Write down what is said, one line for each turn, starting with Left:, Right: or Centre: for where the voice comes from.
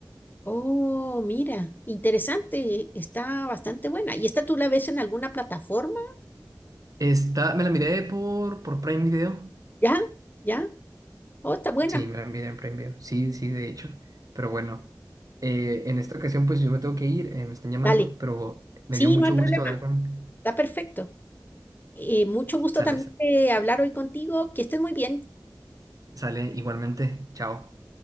Left: Oh, mira, interesante, está bastante buena. ¿Y esta tú la ves en alguna plataforma?
Right: Está, me la miré por, por Prime Video.
Left: ¿Ya? ¿Ya? Oh, está buena.
Right: Sí, me la miré en Prime Video. Sí, sí, de hecho. Pero bueno, eh, en esta ocasión pues yo me tengo que ir, eh, me están llamando,
Left: Dale.
Right: pero me
Left: Sí,
Right: dio mucho
Left: no hay problema,
Right: gusto hablar con...
Left: está perfecto. Eh, mucho gusto
Right: Sale,
Left: también de hablar hoy contigo. Que estés muy bien.
Right: sale igualmente. Chao.